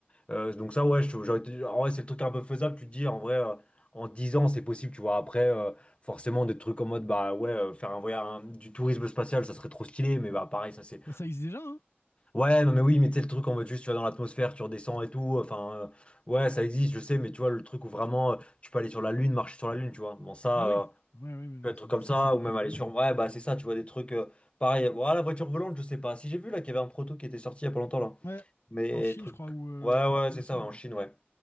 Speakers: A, on the left; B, on the left.
A: Euh, donc ça, ouais, je- j'aurais été- en vrai, c'est le truc un peu faisable, tu te dis, en vrai, euh, en 10 ans, c'est possible, tu vois. Après, euh, forcément, des trucs en mode, bah ouais, euh, faire un voyage, un- du tourisme spatial, ça serait trop stylé, mais bah pareil, ça c'est...
B: Bah, ça existe déjà, hein?
A: Ouais, non mais oui, mais tu sais, le truc en mode juste, tu vas dans l'atmosphère, tu redescends et tout, enfin... euh, Ouais, ça existe, je sais, mais tu vois, le truc où vraiment euh, tu peux aller sur la Lune, marcher sur la Lune, tu vois. Bon, ça,
B: Ah
A: euh,
B: oui. Ouais, ouais, mais non,
A: peut être
B: ça,
A: comme
B: ça,
A: ça,
B: c'est pas
A: ou même
B: près d'arriver.
A: aller sur.
B: Ouais.
A: Ouais, bah c'est ça, tu vois, des trucs. euh, pareil, voilà, la voiture volante, je sais pas. Si j'ai vu là qu'il y avait un proto qui était sorti il y a pas longtemps là.
B: Ouais,
A: Mais
B: en Chine,
A: truc.
B: je crois, ou, euh,
A: Ouais,
B: ou un
A: ouais,
B: truc
A: c'est
B: comme
A: ça,
B: ça.
A: ouais, en Chine, ouais.